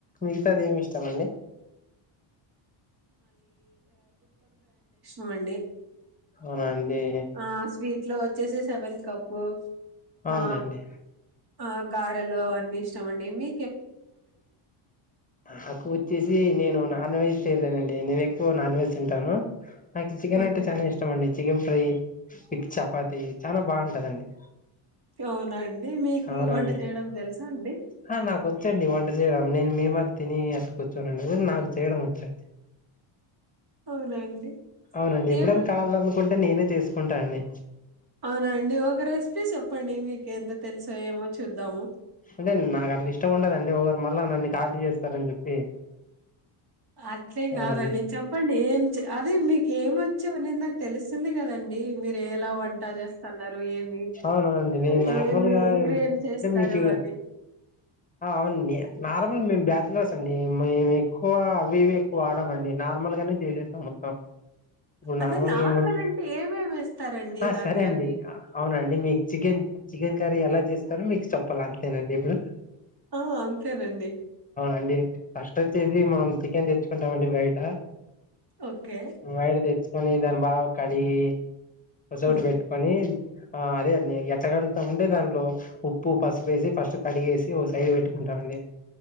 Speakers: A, on the left (about 15°); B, on the right (about 45°).
A: మిగతాది ఏమి ఇష్టమండి
B: అమండి
A: అవునండి
B: ఆ స్వీట్ లో వచ్చేసి సెవెన్ కప్పు
A: అవునులేండి
B: ఆ ఆ గారెలు అవన్నీ ఇష్టం అండి మీ
A: నాకు వచ్చేసి నేను నాన్ వెజ్ చేశానండి నేను ఎక్కువ నాన్ వెజ్ తింటాను నాకు చికెన్
B: ఓకే
A: అంటే చాలా ఇష్టం అండి చికెన్ ఫ్రై విత్ చపాతి చాలా బాగుంటదండి
B: అవునాండి మీకు
A: అవునా
B: వంట
A: అండి
B: చేయడం తెలుసా అండి
A: ఆ నాకు వచ్చండి వంట చేయడం నేను మీమరి తిని అట్ట కూర్చోనండి నాకు చేయడం వచ్చండి
B: అవునా అండి
A: అవునండి ఎప్పుడైనా
B: ఏమో
A: కావాలనుకుంటే నేనే చేసుకుంటానండి
B: అవునండి ఒక రెసిపీ చెప్పండి మీకు ఎంత తెలుసో ఏమో చూద్దాము
A: అంటే నాకు అట్లా ఇష్టం ఉండదండి ఒకరు మళ్ళ నన్ను కాపీ చేస్తారని చెప్పి
B: అట్లేం
A: అవునండి
B: కాదండి చెప్పండి ఏం అదే మీకేమి వచ్చు అనేది నాకు తెలుస్తుంది కదండి మీరు ఎలా వంట చేస్తన్నారు ఏమి
A: అవునవునండి నేను
B: అని ఏమేమి
A: నార్మల్గా
B: ఇంగ్రెడియంట్స్ వేస్తారు
A: అంటే మీకు
B: డి
A: ఆ అవునండి నార్మల్ మేము బ్యాచిలర్స్ అండి మేము ఎక్కువ అవి ఇవి ఎక్కువ వాడమండి నాకు నార్మల్ గానే చేసేస్తాం మొత్తం ఇప్పుడు
B: అదే
A: నార్మల్గా
B: నార్మల్
A: ఏమంటే
B: అంటే ఏమేమి వేస్తారండి
A: ఆ
B: దాంట్లోకి
A: సరే అండి అవునండి మీకు చికెన్ చికెన్ కర్రీ ఎలా చేస్తారో మీకు చెప్పాలి అంతేనా అండి ఇప్పుడు
B: ఆ అంతేనండి
A: అండి ఫస్ట్ వచ్చేసి మనం చికెన్ తెచ్చుకుంటాం అండి బయట
B: ఓకే
A: బయట తెచ్చుకొని దాన్ని బాగా కడిగి ఒక చోటు
B: హ్మ్
A: పెట్టుకొని ఆ అదే అండి ఎట్ట కడుగుతామంటే దాంట్లో ఉప్పు పసుపేసి ఫస్ట్ కడిగేసి వ సైడ్ పెట్టుకుంటామండి